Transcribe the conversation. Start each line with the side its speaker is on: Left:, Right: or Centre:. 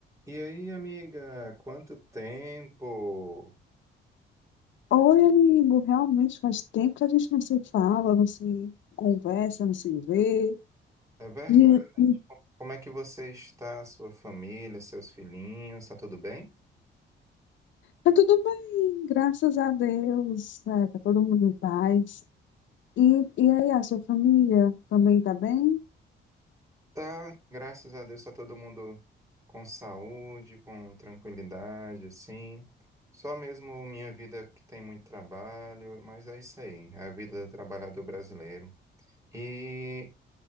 Right: E aí, amiga, quanto tempo?
Left: Oi, amigo, realmente faz tempo que a gente não se fala, não se conversa, não se vê.
Right: É verdade.
Left: E, e
Right: Co- Como é que você está, sua família, seus filhinhos? Tá tudo bem?
Left: tá tudo bem, graças a Deus, é, tá todo mundo em paz. E, e aí, a sua família também tá bem?
Right: Tá, graças a Deus, tá todo mundo com saúde, com tranquilidade, assim. Só mesmo minha vida que tem muito trabalho, mas é isso aí, é a vida do trabalhador brasileiro. E